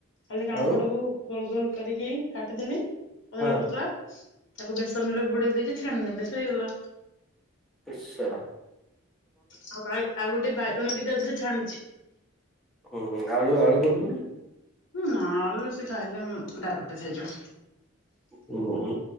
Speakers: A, on the left; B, in the centre.
A: ଖାଲି କାଙ୍କଡକୁ
B: ଆଉ
A: ଗୋଲ ଗୋଲ କରିକି କାଟିଦେଲି ପତଳା
B: ହଁ
A: ପତଳା ତାକୁ ବେସନ ରେ ବୁଡେଇ ଦେଇକି ଛାଣିଦଲେ ସରିଗଲା।
B: ଏସ ଶଳା।
A: ହଉାଇ ଆଉ ଗୋଟେ ବାଇଗଣ ବିତାଧରେ ଛାଣିଛି।
B: ହୁଁ ହଁ ଆଳୁ ଆଳୁ କର
A: ହଁ ଆଳୁ ବେଶୀ ଖାଇଲେ ଡାଇବେଟିସ୍ ହେଇଯିବ।
B: ହୁଁ